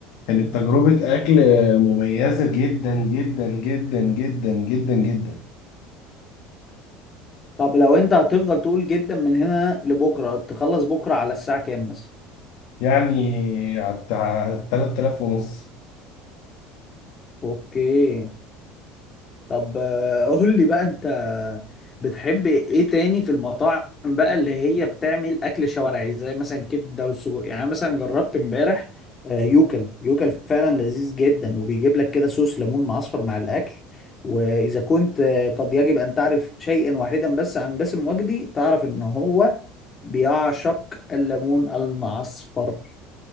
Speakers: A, on the left; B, on the left.
A: كانت تجربة اكل مميزة جدا جدا جدا جدا جدا جدا
B: طب لو انت هتفضل تقول جدا من هنا لبكره تخلص بكره على الساعه كام مثلا
A: يعني على 3000 ونص
B: اوكي طب <laughs> آه، قول لي بقى انت بتحب ايه تاني في المطاعم بقى اللي هي بتعمل اكل شوارعي زي مثلا كبده وسجق يعني أنا مثلا جربت امبارح آه، يوكل يوكل فعلا لذيذ جدا وبيجيب لك كده صوص ليمون معصفر مع الاكل واذا كنت آه، قد يجب ان تعرف شيئا واحدا بس عن باسم وجدي تعرف ان هو بيعشق الليمون المعصفر